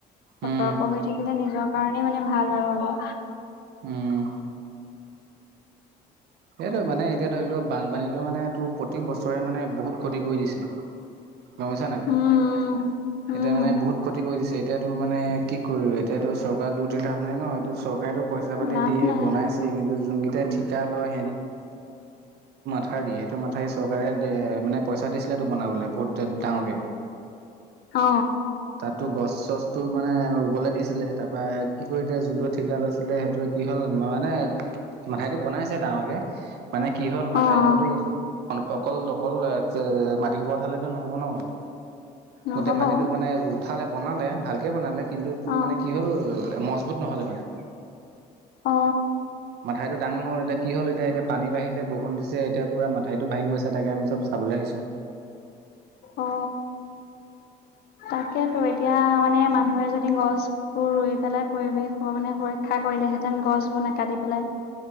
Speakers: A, on the left; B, on the right.
A: সতৰ্ক
B: উম
A: হৈ থাকিলে নিজৰ কাৰণেই মানে ভাল আৰু অলপ।
B: উম। সেইটো মানে এতিয়া ধৰি লওক, বানপানীটো মানে তোৰ প্ৰতি বছৰে মানে বহুত ক্ষতি কৰি দিছে। গম পাইছা নাই?
A: উম, উম। উম
B: এতিয়া মানে বহুত ক্ষতি কৰি দিছে এতিয়া তোৰ মানে কি কৰি এতিয়াতো চৰকাৰক দুখ দি লাভ নাই ন, এইটো চৰকাৰেতো পইচা পাতি
A: লাভ
B: দিয়ে
A: নাই
B: বনাইছে কিন্তু যোন ঠিকা লয় মাথা দি সেইটো মাথাৰি চৰকাৰে মানে পইচা দিছিলেতো বনাবলে বহুত ডাঙৰকে
A: অ।
B: তাতো গছ চছ টো মানে ৰুবলে দিছিলে, তাৰ পৰা কি কৰি এতিয়া যোনটোৱে ঠিকা লৈছিলে সেইটোৱে কি হ'ল মানে মাথাইটো বনাইছে ডাঙৰকে মানে কি হ'ল মাথাইৰ
A: অ',
B: পাতো
A: অ',
B: অকল অকল মাটি খোবা ওঠালতো নহ'ব ন
A: নহ'ব।
B: গোটেই মাটিটো মানে উঠালে বনালে ভালকে বনালে কিন্তু তোৰ
A: অ',
B: মানে কি হ'ল মজবুত নহ'লে মানে।
A: অ।
B: মাথাউৰিটো ডাঙৰ হল এতিয়া কি হ'ল এতিয়া পানী বাঢ়িলে বৰষুন দিচে এতিয়া পোৰা মাথাউৰি টো ভাঙি গৈছে তাকে আমি চব চাবলে আহিছো।
A: অ। তাকেইেতো এতিয়া মানে মানুহে যদি গছবোৰ ৰুই পেলাই পৰিৱেশ মানে সুৰক্ষ আশা কৰিলেহেঁতেন গছবোৰ নাকাটি পেলাই